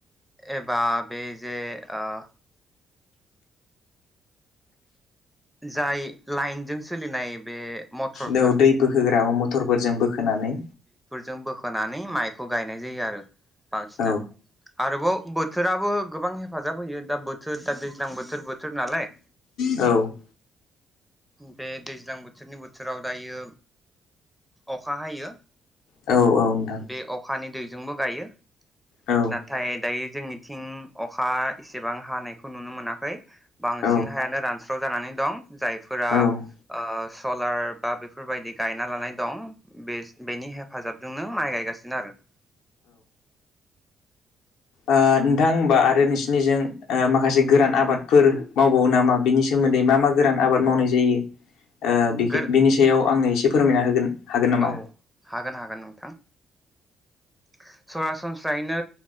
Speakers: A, in the centre; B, on the left.
A: एबा बै जे ओ जाय लाइनजों सोलिनाय बे मटरफोर
B: दाउ दै बोखोग्रा मथरफोरजों बोखोनानै
A: जों बोखोनानै माइखौ गायनाय जायो आरो बांसिनानो
B: औ
A: आरोबाव बोथोराबो गोबां हेफाजाब होयो दा बोथोर दा दैज्लां बोथोर बोथोर नालाय
B: औ
A: बे दैज्लां बोथोरनि बोथोराव दायो अखा हायो
B: औ नोंथां
A: बे अखानि दैजोंबो गायो
B: औ
A: नाथाय दायो जोंनिथिं अखा एसेबां हानायखौ नुनो मोनाखै बांसिन
B: औ
A: बांसिन हायानो रानस्राव जानानै दं जायफोरा
B: ओ
A: ओ सलार बा बेफोरबायदि गायना लानाय दं बे बेनि हेफाजाबजोंनो माइ गायगासिनो आरो <inaudible>
B: ओ नोंथां होनबा आरो नोंसिनिजों माखासे गोरान आबादफोर मावबावो नामा बिनि सोमोन्दै नदै मा-मा गोरान आबाद मावनाय जायो ओ बेख
A: गोर
B: बिनि सायाव आंनो एसे फोरमायना होगोन हागोन नामा
A: औ हागोन हागोन नोंथां <inaudible> सरासनस्रायैनो